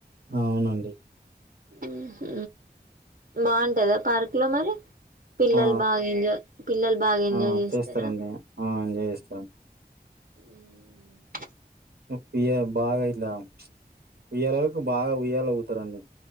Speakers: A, on the right; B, on the right.
A: ఆ అవునండి
B: ఆ హ బాగుంటాదా పార్క్ లో మరి పిల్లలు
A: ఆ!
B: బాగా ఎంజాయ్ పిల్లలు బాగా ఎంజాయ్
A: ఆ!
B: చేస్తారా
A: చేస్తారండి. ఆ ఎంజాయ్ చేస్తారు
B: ఉమ్
A: ఉయ్య బాగా ఇట్లా ఉయ్యాలరకు బాగా ఉయ్యాల ఊగుతా రండి